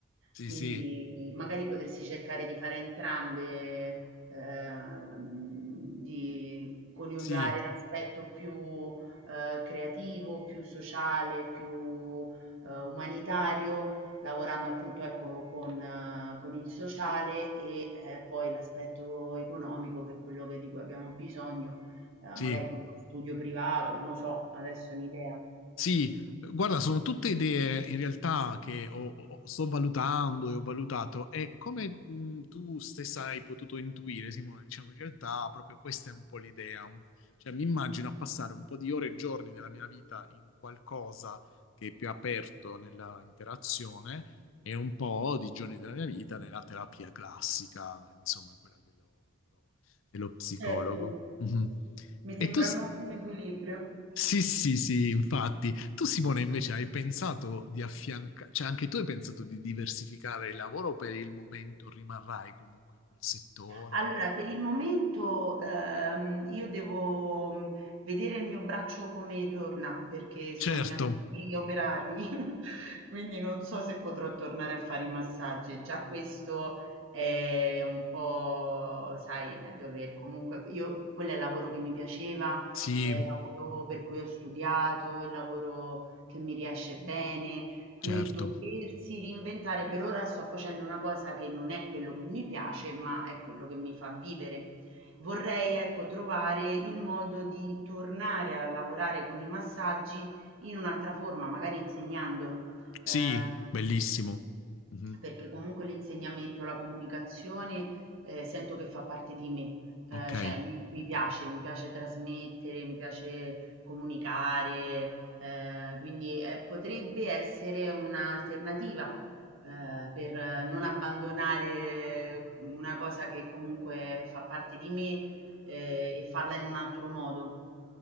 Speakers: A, on the left (about 70°); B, on the right (about 70°).
A: Sì,
B: Quindi
A: sì,
B: magari potresti cercare di fare entrambe, ehm, di coniugare
A: sì,
B: l'aspetto più eh, creativo, più sociale, più eh, umanitario lavorando appunto ecco con eh, con il sociale e, ehm, poi l'aspetto economico che è quello che di cui abbiamo bisogno, ehm,
A: sì.
B: magari con uno studio privato, non lo so, adesso è un'idea.
A: Sì, guarda, sono tutte idee in realtà che ho- ho- sto valutando e ho valutato e come mh, tu stessa hai potuto intuire, Simone, diciamo in realtà proprio questa è un po' l'idea, un- cioè mi immagino a passare un po' di ore e giorni della mia vita in qualcosa che è più aperto nella interazione e un po' di giorni della mia vita nella terapia classica, insomma, quella dello, dello- dello psicologo.
B: Certo,
A: Mhm.
B: mi sembra
A: E tu...
B: un ottimo equilibrio.
A: Sì, sì, sì, infatti. Tu, Simone, invece hai pensato di affiancare, cioè anche tu hai pensato di diversificare il lavoro o per il momento rimarrai comunque in quel settore?
B: Allora, per il momento ehm, io devo mh, vedere il mio braccio come torna perché sono
A: Certo,
B: in attesa di operarmi, <laughs> quindi non so se potrò tornare a fare i massaggi. e Già questo è un po', sai, eh, dover comunque, io, quello è il lavoro che mi piaceva,
A: sì,
B: è il lavoro per cui ho studiato, è il lavoro che mi riesce bene. Quindi
A: certo.
B: doversi reinventare per ora sto facendo una cosa che non è quello che mi piace, ma è quello che mi fa vivere. Vorrei, ecco, trovare il modo di tornare a lavorare con i massaggi in un'altra forma, magari insegnando.
A: Sì,
B: Eh,
A: bellissimo. Mhm,
B: perché comunque l'insegnamento, la comunicazione, ehm, sento che fa parte di me, ehm,
A: Ok.
B: cioè mi mi piace, mi piace trasmettere, mi piace comunicare, ehm, quindi, ehm, potrebbe essere un'alternativa, ehm, per non abbandonare una cosa che comunque fa parte di me, ehm, e farla in un altro modo.